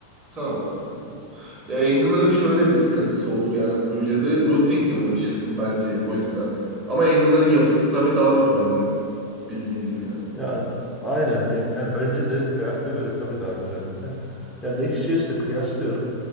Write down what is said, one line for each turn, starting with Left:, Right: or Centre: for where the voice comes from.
Right: Tamam sıkıntı yok. Ya Angler'ın şöyle bir sıkıntısı olur yani projede routingle uğraşırsın bence o yüzden. Ama Angler'ın yapısı tabii daha düzenli. Bildiğin gibi yani.
Centre: Yani aynen yani bence de React'a göre tabii daha düzenli. Yani Next.js'le kıyaslıyorum.